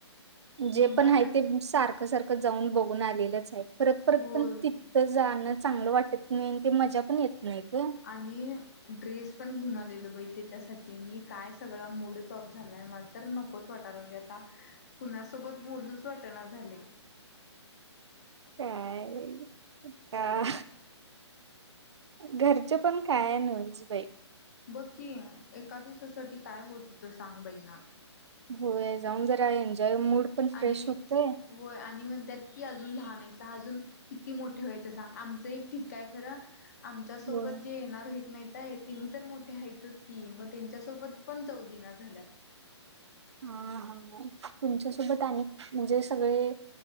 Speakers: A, on the left; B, on the right.
A: म्हणतानाच
B: जे पण आहे ते सारखं सारखं जाऊन बघून आलेलंच आहे परत परत
A: होय.
B: पण तिथथं जाणं चांगलं वाटत नाही आणि ते मजा पण येत नाही ग
A: आणि ड्रेस पण घेऊन आलेल बै त्याच्यासाठी मी काय सगळा मूडच ऑफ झालाय मला तर नकोच वाटायला लाग आता कुणासोबत बोलूच वाटना झालय
B: काय का घरचं पण काय नव्हच बाई
A: बघकीि एका दिवसासाठी काय होत होत सांग बाई ना
B: होय जाऊन जरा एन्जॉय मूड पण
A: आणि
B: फ्रेश होतय
A: होय आणि म्हणतात की अजून लहान आहे अजून किती मोठे व्हायचं सांग आमचं एक ठीकय खरा आमच्यासोबत
B: होय
A: जे येणार आहे मातय त्यांिनी तर मोठे आहेत की मग त्यांच्यासोबत पण जावू दिना झाल्यात
B: ह हा तुमच्यासोबत अनेक म्हणजे सगळे